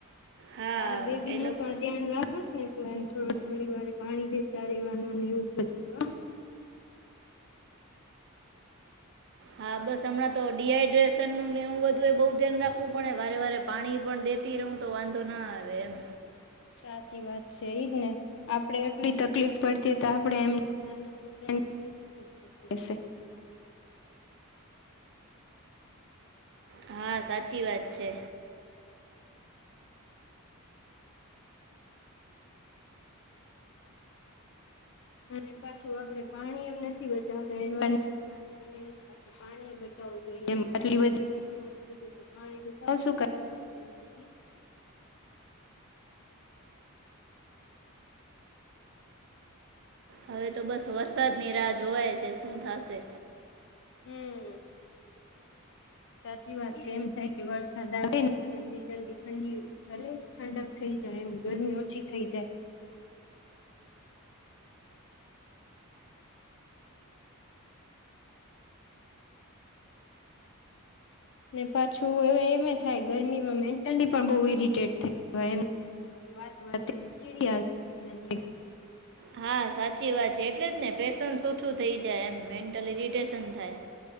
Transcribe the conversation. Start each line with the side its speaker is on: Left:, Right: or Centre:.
Right: હા
Left: તારા બેબીનું
Right: એ લોકો
Left: પણ ધ્યાન રાખસ ને? તું એને થોડું થોડી વારે પાણી દેતા રેવાનું ને એવું બધું કર?
Right: હા, બસ હમણાં તો ડી હાઈડ્રેશનનું ને એવું બધું એ બોવ ધ્યાન રાખવું પડે, વારે વારે પાણી પણ દેતી રહું તો વાંધો ના આવે એમ.
Left: સાચી વાત છે ઈજ ને. આપડે એટલી તકલીફ પડતી તો આપડે એમ થાય નાના છોકરા એન કેટલી તકલીફ પડતી હશે.
Right: હા, સાચી વાત છે.
Left: અને પાછું આપણે પાણી એમ નથી બચાવતા એન્વારમેન્ટ માટે મને એમ થાય કે પાણી એ બચાવવું જોઈએ એમ આટલી બધી ગરમી વધશે તો તો પાણી તો સાવ સુુંકાઈ જાશે એમ પછી?
Right: હવે તો બસ વરસાદની રાહ જોવાય છે, શું થાશે.
Left: હમ્મ, સાચી વાત છે. એમ થાય કે વરસાદ આવે ને જલ્દી-જલ્દી ઠંડી એટલે ઠંડક થઈ જાય એમ ગરમી ઓછી થઈ જાય. ને પાછું એ એમે થાય ગરમીમાં મેન્ટલી પણ બોવ ઈરિટેટ થઈ જવાય એમ થાય કે વાત વાતે એમ ચીડીયા થઈ જાય એકદમ.
Right: હા, સાચી વાત છે. એટલે જ ને પેસન્સ ઓછું થઈ જાય એમ, મેન્ટલ ઇરિટેશન થાય.